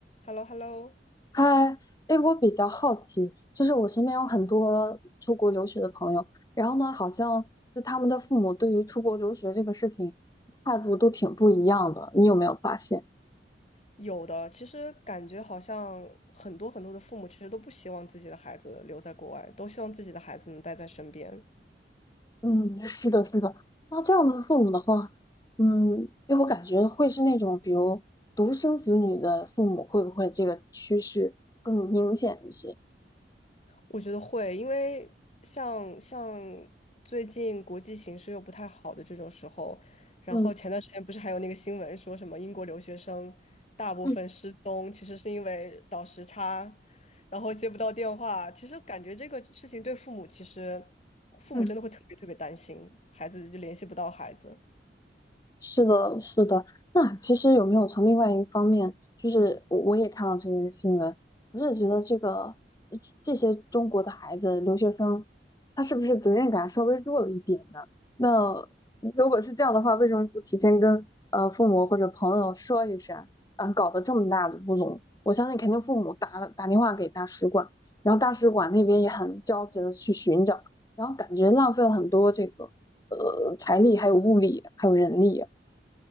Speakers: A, on the left; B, on the left.
A: h e l l o h e l l o
B: 嗨，哎，我比较好奇，就是我身边有很多出国留学的朋友，然后呢，好像就他们的父母对于出国留学这个事情态度都挺不一样的，你有没有发现？
A: 有的，其实感觉好像很多很多的父母其实都不希望自己的孩子留在国外，都希望自己的孩子能待在身边。
B: 嗯，是的，是的。那这样的父母的话，嗯，哎，我感觉会是那种比如独生子女的父母，会不会这个趋势更明显一些？
A: 我觉得会，因为像像最近国际形势又不太好的这种时候，然后前段时间不是还有那个新闻说什么英国留学生大部分失踪，
B: 嗯嗯
A: 其实是因为倒时差，然后接不到电话。其实感觉这个事情对父母其实。父母真的会特别特别担心，
B: 嗯。
A: 孩子就联系不到孩子。
B: 是的，是的。那其实有没有从另外一个方面，就是我我也看到这个新闻，我是觉得这个呃这些中国的孩子留学生，他是不是责任感稍微弱了一点呢？那如果是这样的话，为什么不提前跟呃父母或者朋友说一声？啊，搞得这么大的乌龙，我相信肯定父母打了打电话给大使馆，然后大使馆那边也很焦急的去寻找，然后感觉浪费了很多这个呃财力，还有物力，还有人力。